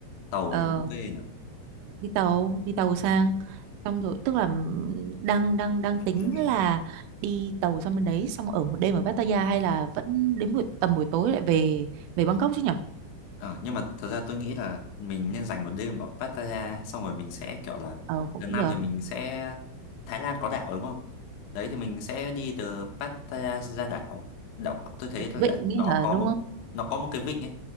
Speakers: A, on the left; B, on the right.
A: tàu
B: Ờ,
A: thì cũng ok
B: đi tàu đi tàu sang xong rồi tức là ừm, đang đang đang tính
A: nhỉ đấy
B: là đi tàu sang bên đấy xong ở một đêm ở Pattaya hay là vẫn đến buổi tầm buổi tối lại về về Bangkok chứ nhở?
A: Ờ, nhưng mà thật ra tôi nghĩ là mình nên dành một đêm ở Pattaya ấy, xong rồi mình sẽ kiểu là
B: Ờ cũng
A: thứ năm
B: được.
A: thì mình sẽ Thái Lan có đảo đúng không? Đấy thì mình sẽ đi từ Pattaya ra đảo. Đảo tôi thấy là
B: Vịnh
A: đã-
B: ấy
A: nó
B: hả
A: có
B: đúng
A: một
B: không?
A: nó có một cái vịnh ấy,